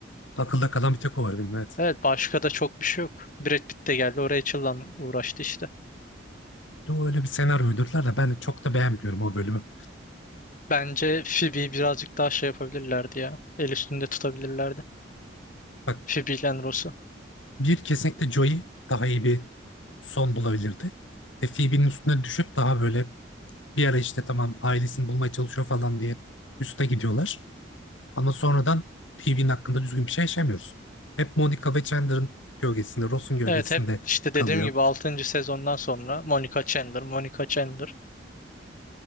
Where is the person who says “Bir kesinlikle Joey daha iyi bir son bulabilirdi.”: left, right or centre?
Left